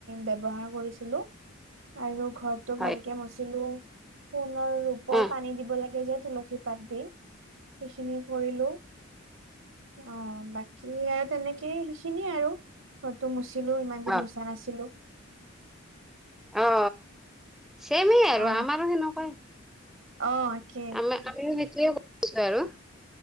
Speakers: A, on the right; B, in the centre.
A: ব্যৱহাৰ কৰিছিলো আৰু ঘৰটো
B: হয়
A: ভালকে মুচিলো সোণনৰ ৰূপৰ
B: অ
A: পানী দিব লাগে যাত তুলসী পাত দি সেইখিনি কৰিলো। অ বাকী আৰু তেনেকেই সেইখিনিয়ে আৰু ফটো মুচিলো ইমান দিন
B: অ
A: মোচা নাছিলো
B: অ চেমেই আৰু
A: অ।
B: আমাৰো সেনেকুৱাই
A: অ একে একে
B: আম আমি সেইটোৱে কৰিছো আৰু